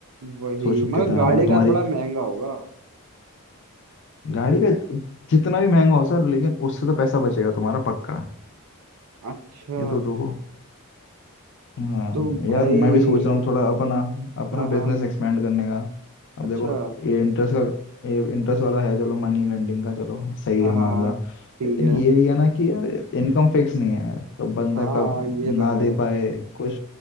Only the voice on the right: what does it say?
वही
मगर
गाड़ी
का
थोड़ा महंगा होगा
अच्छा
तो भाई
हाँ हाँ
अच्छा
हाँ
हाँ,
ठीक
है
हाँ
ये तो
है